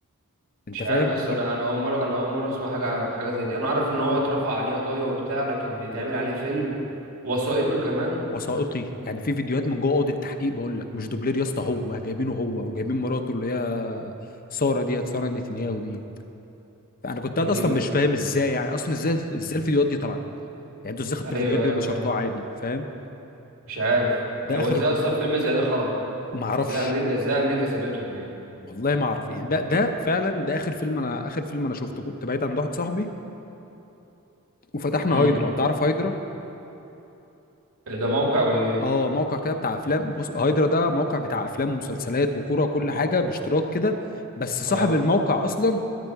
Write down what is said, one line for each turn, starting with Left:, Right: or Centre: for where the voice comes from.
Left: انت
Right: مش
Left: فاهم
Right: عارف بس انا انا اول مره انا اول مره اسمع حاجه عن حاجه زي دي انا عارف ان هو اترفع عليه قضايا وبتاع لكن يتعمل عليه فيلم وثائقي كمان
Left: وثائقي يعني في فيديوهات من جوه اوضه التحقيق بقول لك مش دوبلير يا اسطى هو جايبينه هو وجايبين مراته اللي هي ساره ديت ساره نتنياهو ديت فانا كنت قاعد
Right: غريبه
Left: اصلا مش فاهم ازاي يعني اصلا ازاي ازاي الفيديوهات دي طلعت يعني انتوا ازاي خدتوا
Right: ايوه
Left: الفيديوهات دي
Right: ايوه
Left: ونشرتوها
Right: فاهم
Left: عادي فاهم
Right: مش عارف
Left: ده
Right: هو
Left: اخر
Right: ازاي اصلا فيلم زي ده خرج
Left: ما
Right: يعني
Left: اعرفش
Right: ازاي امريكا ازاي امريكا سابتهم يعني
Left: والله ما اعرف يعني ده ده فعلا ده اخر فيلم انا اخر فيلم انا شفته كنت بعيد عند واحد صاحبي وفتحنا
Right: امم
Left: هايدرا تعرف هايدرا
Right: ده موقع ولا ايه
Left: اه موقع كده بتاع افلام بص هايدرا ده موقع بتاع افلام ومسلسلات وكوره وكل حاجه باشتراك كده بس صاحب
Right: اه
Left: الموقع اصلا